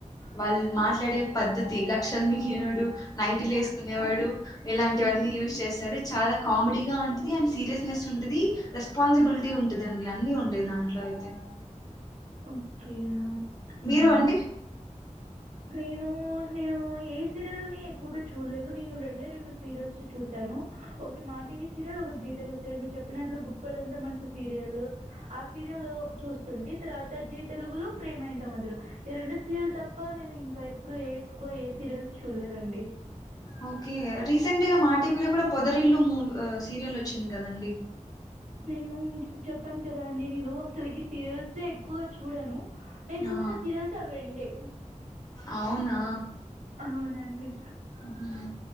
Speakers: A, on the left; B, on the right.
A: వాళ్ళు మాట్లాడే పద్ధతి లక్షలు మింగినోడు నైట్లు వేసుకునేవాడు ఇలాంటివన్నీ యూస్ చేస్ సరే చాలా కామెడీ గా ఉంటుది అండ్ సీరియస్నెస్ ఉంటుది రెస్పాన్సిబిలిటీ ఉంటుది అండి అన్ని ఉంటాది దా దాంట్లో అయితే
B: ఓకే ఇగ
A: మీరు అండి
B: నేను నేను ఏ సీరియల్ ని ఎక్కువగా చూడలేదు నేను రెండే రెండు సీరియల్స్ చూశాను ఒకటి మా టీవీ సీరియల్ ఒకటి జీ తెలుగు సీరియల్ మీరు చెప్పినట్లు గుప్పెడంత మనసు సీరియల్ ఆ సీరియల్ చూస్తుంటే తవాత జి తెలుగులో ప్రేమ ఎంత మధురం ఈ రెండు సీరియల్ తప్ప ఇ నేను ఇంకా ఎప్పుడు ఎక్కువ ఏ సీరియల్స్ చూడలేదండి
A: ఓకే రీసెంట్గా మా టీవీలో కూడా పొద రిల్లు మూ సీరియల్ వచ్చింది కదండి
B: నేను చెప్పాను కదా అండి నేను అసలకి సీరియల్స్ ఎక్కువగా చూడాను నేను చూసిన
A: ఆ
B: సీరియల్స్ అవి రెండే
A: అవునా
B: అవునండి.
A: హ